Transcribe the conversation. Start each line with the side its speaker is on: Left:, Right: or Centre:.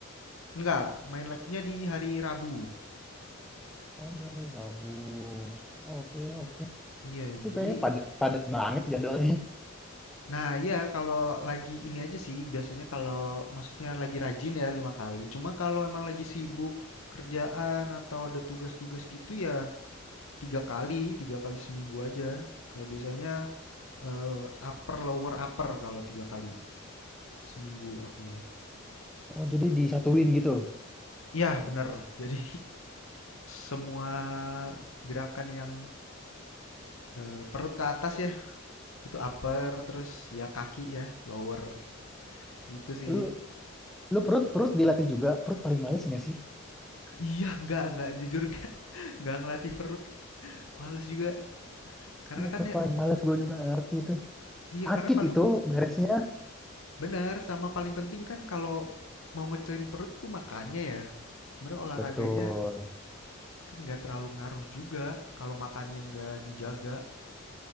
Left: enggak, main like-nya di hari Rabu.
Centre: Oh dari Rabu. Oke oke.
Left: Iya,
Centre: Itu
Left: jadi
Centre: kayaknya padat padat banget jadwalnya.
Left: nah iya kalau lagi ini aja sih biasanya kalau maksudnya lagi rajin ya lima kali. Cuma kalau emang lagi sibuk kerjaan atau ada tugas-tugas gitu ya tiga kali, tiga kali seminggu aja. Kayak biasanya eh, upper lower upper kalau tiga kali. Seminggu aku.
Centre: Oh jadi disatuin gitu.
Left: Iya, bener. <laughs> Jadi semua gerakan yang eh, perut ke atas ya, itu upper, terus ya kaki ya, lower. Gitu sih.
Centre: Lu lu perut perut dilatih juga. Perut paling males nggak sih?
Left: Iya, enggak, enggak, jujur enggak. Enggak <laughs> ngelatih perut. Males juga. Karena
Centre: Iya
Left: kan
Centre: perut
Left: ya,
Centre: paling males gue juga nggak ngerti itu.
Left: iya
Centre: Sakit
Left: karena paling
Centre: itu beresnya.
Left: benar sama paling penting kan kalau mau ngecilin perut tuh makannya ya. Sebenarnya olahraganya
Centre: Betul.
Left: kan nggak terlalu ngaruh juga kalau makannya nggak dijaga.